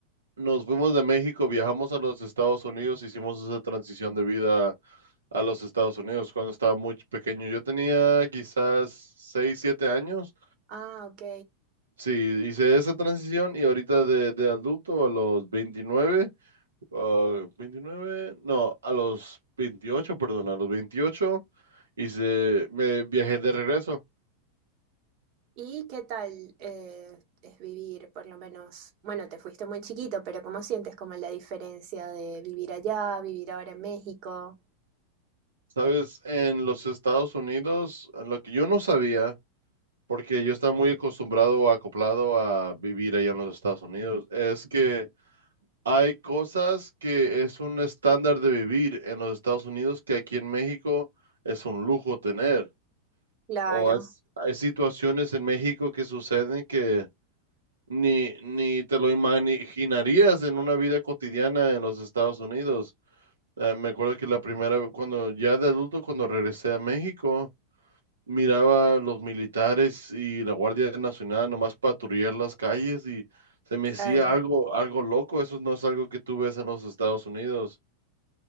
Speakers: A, on the right; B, on the right.
A: nos fuimos de México, viajamos a los Estados Unidos, hicimos esa transición de vida a los Estados Unidos cuando estaba muy pequeño. Yo tenía quizás 6, 7 años.
B: Ah, ok.
A: Sí, hice esa transición y ahorita de, de adulto a los 29. ah, 29, no, a los 28, perdón, a los 28 hice, me viajé de regreso.
B: ¿Y qué tal eh, es vivir, por lo menos, bueno, te fuiste muy chiquito, pero ¿cómo sientes como la diferencia de vivir allá, vivir ahora en México?
A: Sabes, en los Estados Unidos, lo que yo no sabía, porque yo estaba muy acostumbrado o acoplado a vivir allá en los Estados Unidos, es que hay cosas que es un estándar de vivir en los Estados Unidos que aquí en México es un lujo tener.
B: Claro,
A: O hay, hay situaciones en México que suceden que ni, ni te lo imaginarías en una vida cotidiana en los Estados Unidos. Eh, me acuerdo que la primera, vez- cuando ya de adulto, cuando regresé a México, miraba los militares y la Guardia Nacional nomás patrullar las calles y se me
B: claro.
A: hacía algo, algo loco. Eso no es algo que tú ves en los Estados Unidos.